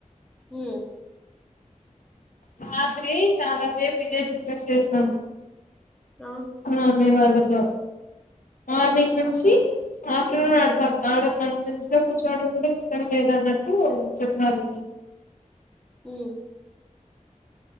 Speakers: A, in the centre; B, on the left.
A: హు
B: రాత్రి చాలాసేపు ఇదే డిస్కస్ చేశినాము
A: ఆ
B: ఆ మీ వాళ్ళతో మార్నింగ్
A: ఆ
B: నుంచి ఆఫ్టర్నూన్ ఆడ తన బెంచ్ లో కూర్చోడం కూడా ఇష్టం లేదన్నట్టు చెప్నార్
A: హుం